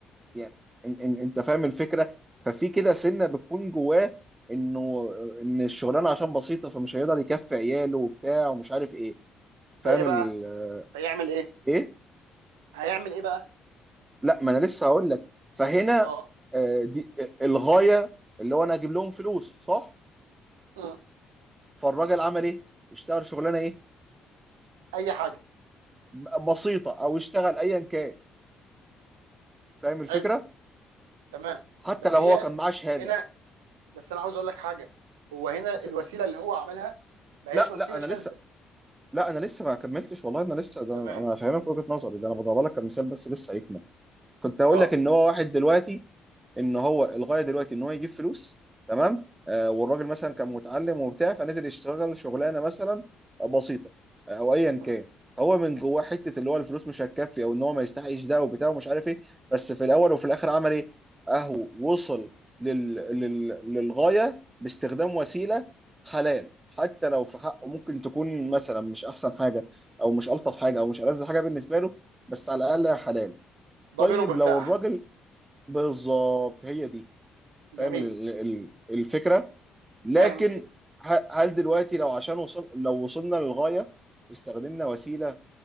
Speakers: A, on the right; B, on the right.
A: يعني إن- إن- أنت فاهم الفكرة ففي كده سنة بتكون جواه إنه إن الشغلانة عشان بسيطة فمش هيقدر يكفي عياله وبتاع ومش عارف إيه فاهم
B: فايه بقى
A: ال-
B: هيعمل ايه
A: إيه؟
B: هيعمل ايه بقى
A: لا ما انا لسه هقول لك فهنا
B: اه
A: آه، دي آه، الغايه اللي هو انا اجيب لهم فلوس صح
B: مم.
A: فالراجل عمل ايه اشتغل شغلانه ايه
B: اي حاجة
A: ب- بسيطه او اشتغل ايا كان فاهم الفكره
B: حلو تمام
A: حتى
B: بس
A: لو هو
B: هي
A: كان معاه شهاده
B: هنا بس انا عاوز اقول لك حاجة هو هنا
A: بس-
B: الوسيلة اللي هو عملها ما هياش
A: لا
B: وسيلة
A: لا انا
B: شاذة
A: لسه لا انا لسه ما كملتش والله انا لسه ده
B: تمام
A: انا أنا فاهمك وجهه نظري ده انا بضرب لك كمثال بس لسه هيكمل كنت هقول
B: اه
A: لك ان هو واحد دلوقتي ان هو الغايه دلوقتي ان هو يجيب فلوس تمام آه والراجل مثلا كان متعلم وبتاع فنزل يشتغل شغلانه مثلا بسيطه آه، او ايا
B: مم.
A: كان فهو من جواه حته اللي هو الفلوس مش هتكفي او ان هو ما يستحقش ده وبتاع ومش عارف ايه بس في الاول وفي الاخر عمل ايه؟ اهو وصل لل... لل... للغايه باستخدام وسيله حلال حتى لو في حقه ممكن تكون مثلا مش احسن حاجه او مش الطف حاجه او مش ألذ حاجه بالنسبه له بس على الاقل حلال
B: ضميره
A: طيب
B: مرتاح
A: لو الراجل بالظبط هي دي فاهم
B: جميل
A: ال- ال- الفكره لكن
B: فاهم الفكره
A: ه- هل دلوقتي لو عشان وصل لو وصلنا للغايه استخدمنا وسيله